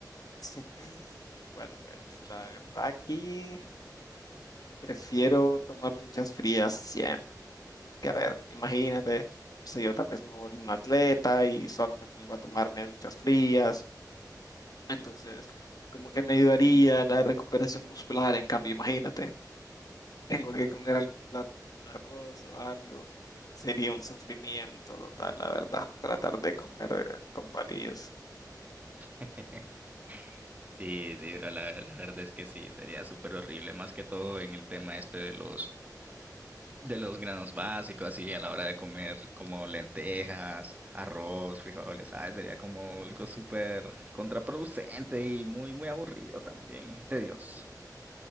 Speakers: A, on the left; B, on the right.
A: <laughs> Bueno, pues la verdad aquí prefiero tomar duchas frías siempre. que a ver, imagínate, si yo tal vez me vuelvo un atleta y solo me pongo a tomarme duchas frías, entonces como que me ayudaría la recuperación muscular, en cambio, imagínate, tengo que comer algún plato, un arroz o algo, sería un sufrimiento total, la verdad, tratar de comer eh, con palillos.
B: <laughs> Sí, sí, bro, la, la verdad es que sí, sería súper horrible, más que todo en el tema este de los, de los granos básicos, así a la hora de comer como lentejas, arroz, frijoles, ¿sabes? Sería como algo súper contraproducente y muy, muy aburrido también, tedioso.